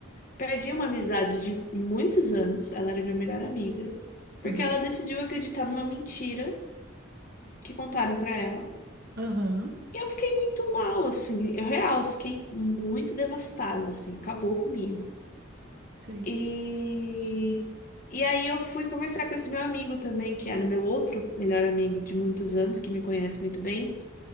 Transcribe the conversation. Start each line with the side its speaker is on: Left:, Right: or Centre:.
Left: Perdi uma amizade de muitos anos, ela era minha melhor amiga, porque
Right: aham,
Left: ela decidiu acreditar numa mentira que contaram pra ela.
Right: aham.
Left: E eu fiquei muito mal, assim, eu real, fiquei muito devastada, assim, acabou comigo.
Right: Isso aí.
Left: E e aí eu fui conversar com esse meu amigo também, que era meu outro melhor amigo de muitos anos, que me conhece muito bem.